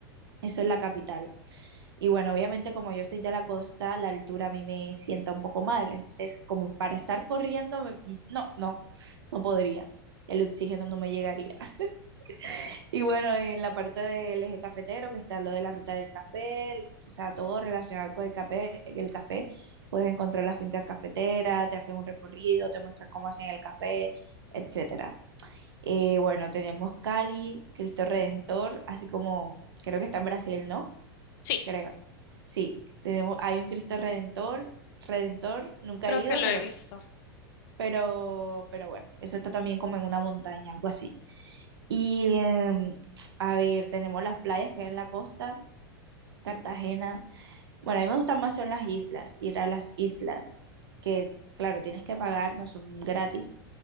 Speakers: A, on the right; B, on the left.
A: Eso es la capital. Y bueno, obviamente como yo soy de la costa, la altura a mí me sienta un poco mal. Entonces, como para estar corriendo, me- mm, no, no, no podría. El oxígeno no me llegaría. <laughs> Y bueno, en la parte del eje cafetero, que está lo de la ruta del café, el- o sea, todo relacionado con el café, el café, puedes encontrar la finca cafetera, te hacen un recorrido, te muestran cómo hacen el café, etcétera. Eh, bueno, tenemos Cali, Cristo Redentor, así como creo que está en Brasil, ¿no?
B: Sí,
A: creo. Sí, tenemos, hay un Cristo Redentor, Redentor, nunca
B: creo
A: he ido,
B: que lo
A: pero,
B: he visto.
A: pero, pero bueno, eso está también como en una montaña, algo así. Y em, a ver, tenemos las playas que hay en la costa, Cartagena. Bueno, a mí me gustan más son las islas, ir a las islas, que claro, tienes que pagar, no son gratis,